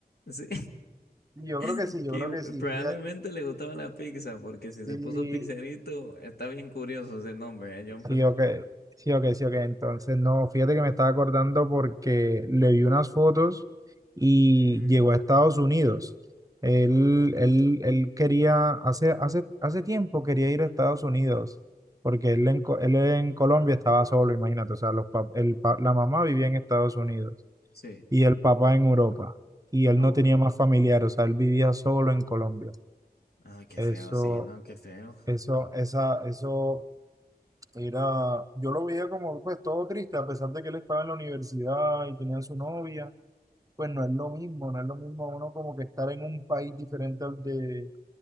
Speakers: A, on the left; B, on the right.
A: sí,
B: Yo
A: <laughs>
B: creo que sí,
A: que
B: yo creo que sí,
A: probablemente
B: fíjate.
A: le gustaba la pizza, porque
B: Sí,
A: si se puso pizzerito, está bien curioso ese nombre, ¿eh, John? Pero-
B: Sí, ok, sí, ok, sí, ok. Entonces, no, fíjate que me estaba acordando porque le vi unas fotos y
A: Ujú.
B: llegó a Estados Unidos. Él, él, él quería, hace, hace, hace tiempo quería ir a Estados Unidos, porque él en, Co- él en Colombia estaba solo, imagínate. O sea, los, pap- el, pa- la mamá vivía en Estados Unidos
A: Sí.
B: y el papá en Europa. Y él
A: Ah,
B: no
A: bueno.
B: tenía más familiares o sea, él vivía solo en Colombia.
A: Ah, qué
B: Eso,
A: feo, sí, no, qué feo.
B: eso, esa, eso. Era, yo lo veía como pues todo triste, a pesar de que él estaba en la universidad y tenía su novia, pues no es lo mismo, no es lo mismo uno como que estar en un país diferente al de,